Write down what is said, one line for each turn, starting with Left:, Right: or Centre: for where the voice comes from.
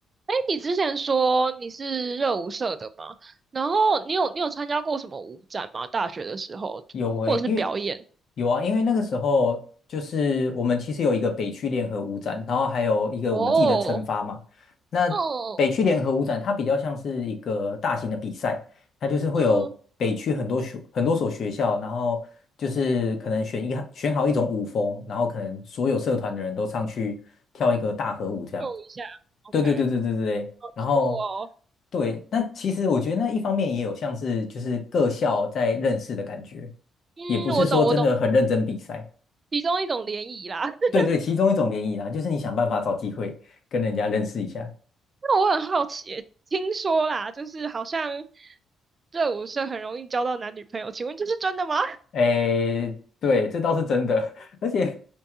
Right: 哎，你之前说你是热舞社的嘛？然后你有你有参加过什么舞展吗？大学的时候，
Left: 有诶、
Right: 或者是表演？
Left: 因为有啊，因为那个时候就是我们其实有一个北区联合舞展，然后还有一个我们自己的称发嘛。
Right: 哦，
Left: 那北区联合舞展它比较像是一个大型的比赛，
Right: 哦，
Left: 它就是会有北区很多学很多所学校，
Right: 嗯哼，
Left: 然后就是可能选一选好一种舞风，然后可能所有社团的人都上去跳一个大合舞这样。
Right: 秀一下，OK，
Left: 对对对对对对对，然后
Right: 酷哦，
Left: 对，那其实我觉得那一方面也有像是就是各校在认识的感觉，
Right: 嗯，
Left: 也不是说真的很认真比赛。
Right: 我懂，我懂，其中一种联谊啦。<laughs>
Left: 对对，其中一种联谊啦，就是你想办法找机会跟人家认识一下。
Right: 那我很好奇，听说啦，就是好像热舞社很容易交到男女朋友，请问这是真的吗？
Left: 诶，对，这倒是真的，<laughs> 而且